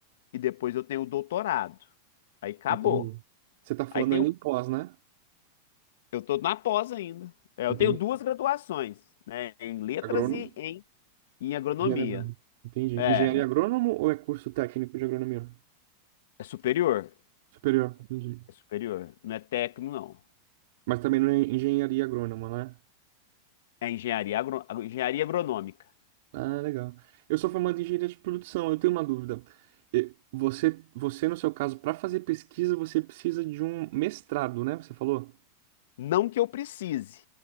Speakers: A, on the left; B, on the right.
A: e depois eu tenho o doutorado. Aí acabou.
B: Entendi. Você tá falando
A: Aí tenho,
B: ainda em pós, né?
A: eu estou na pós ainda. É,
B: Entendi.
A: eu tenho duas graduações, né? Em letras
B: Agrônomo?
A: e em, em agronomia.
B: Engenharia agrônoma. Entendi.
A: É,
B: Engenharia agrônomo ou é curso técnico de agronomia?
A: é superior.
B: Superior. Entendi.
A: É superior. Não é técnico, não.
B: Mas também não é engenharia agrônoma, né?
A: É engenharia, agro, engenharia agronômica.
B: Ah, legal. Eu sou formado em engenharia de produção. Eu tenho uma dúvida. E Você, você no seu caso, para fazer pesquisa, você precisa de um mestrado, né? Você falou?
A: Não que eu precise,